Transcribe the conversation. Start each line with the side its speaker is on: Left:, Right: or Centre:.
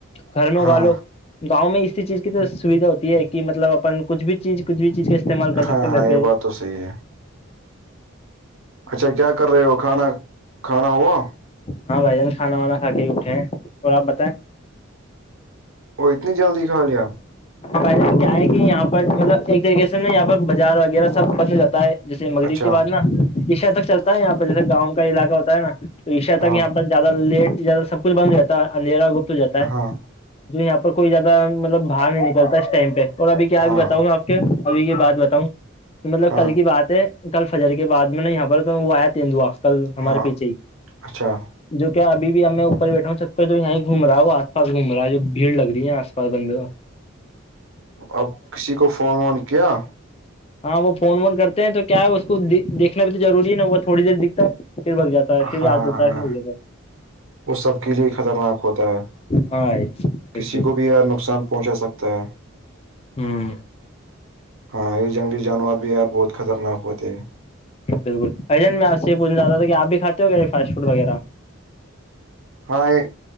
Left: گھر میں اگا
Right: ہاں
Left: لو گاؤں میں اسی چیز کی تو سویدھا ہوتی ہے کہ مطلب اپن کچھ بھی چیز کچھ بھی چیز کا استعمال کر
Right: ہاں
Left: سکتے
Right: ہاں
Left: گھر
Right: یہ
Left: کے
Right: بات تو صحیح ہے اچھا کیا کر رہے ہو کھانا کھانا ہوا
Left: ہاں بھائی جان کھانا وانا کھا کے اٹھے ہیں اور آپ بتائیں
Right: وہ اتنی جلدی کا لیا
Left: پہلے کیا ہے کہ یہاں پر مطلب ایک طریقے سے نا یہاں پر بازار وغیرہ سب بن جاتا ہے جیسے مغرب
Right: اچھا
Left: کے بع نا عشا تک چلتا ہے یہاں پر جیسے گاؤں کا علاقہ ہوتا ہے نا تو عشا
Right: ہاں
Left: تک یہاں پر زیادہ لیٹ زیادہ سب کچھ بند ہو جاتا ہے اندھیرا گپت ہو جاتا ہے
Right: ہاں
Left: جو یہاں پر کوئی زیادہ مطلب باہر نہیں نکلتا اسٹائ پہ اور اب کیا ا
Right: ہاں
Left: بھی بتاؤں میں آ ابھی یہ بات بتاؤں کہ مطلب
Right: ہاں
Left: کل کی بات ہے کل فجر کے بعد میں نا یہاں پر تو وہ آیا ت دوا کل ہمارے
Right: ہاں
Left: پیچھے ہی
Right: اچھا
Left: جو کیا ابھی بھیب میں اوپر بیٹھا ہوں چھت پہ جو یہاں گھوم رہا ہے وہ آس پاس گھوما ہے جو بھیڑ لگ رہی ہے آس پا بند
Right: اب کسی کو فون وون کیا
Left: ہاں وہ فون وون کرتے ہیں تو کیا ہے اس کو دیکھنا بھی تو ضروری ہے نا وہ تھوڑی دیر دکھتا ہے پھر بھگ جاتا ہے پھر
Right: ہاں
Left: آ جاتا
Right: ہاں
Left: ہے پھر بھگ جاتا
Right: وہ سب کے لیے خطرناک ہوتا ہے
Left: ہاں بالکل
Right: کسی کو بھی نقصان پہنچا سکتا ہے
Left: ہوں
Right: ہاں یہ جنگلی جانور بھی یار بہت خطرناک ہوتے ہیں
Left: بالکل ایجن میں آپ سے یہ پوچھ چاہتا تھا کہ آپ بھی کھاتے ہو کیا یہ فاسٹ فوڈ وغیرہ
Right: ہاں یہ